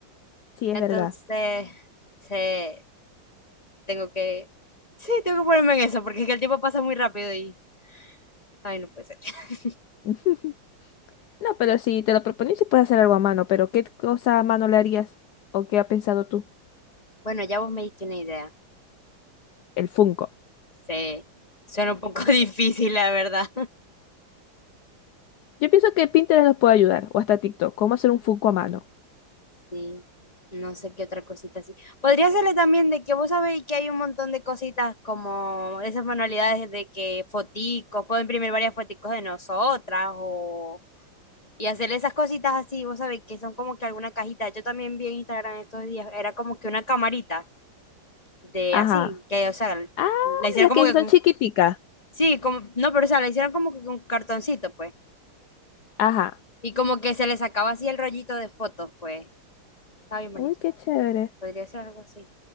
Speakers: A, on the left; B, on the left.
A: Sí,
B: Entonces,
A: es verdad.
B: sí. Tengo que, sí, tengo que ponerme en eso, porque es que el tiempo pasa muy rápido y, ay, no puede ser. <laughs>
A: <laughs> No, pero si te lo propones sí puedes hacer algo a mano, pero ¿qué cosa a mano le harías? ¿O qué ha pensado tú?
B: Bueno, ya vos me diste una idea.
A: El Funko.
B: Sí, suena un poco <laughs> difícil, la verdad.
A: Yo pienso que Pinterest nos puede ayudar, o hasta TikTok. ¿Cómo hacer un Funko a mano?
B: Sí, no sé qué otra cosita así. Podría serle también de que vos sabéis que hay un montón de cositas como esas manualidades de que foticos, puedo imprimir varias foticos de nosotras o... Y hacerle esas cositas así, vos sabéis que son como que alguna cajita. Yo también vi en Instagram estos días, era como que una camarita de
A: Ajá.
B: así, que, o sea,
A: Ah,
B: la hicieron
A: las
B: como
A: que
B: que
A: son
B: con
A: chiquiticas.
B: Sí, como, no, pero o sea, la hicieron como que con cartoncito, pues.
A: Ajá.
B: Y como que se le sacaba así el rollito de fotos, pues. Está bien bonito.
A: Uy, qué chévere.
B: Podría ser algo así.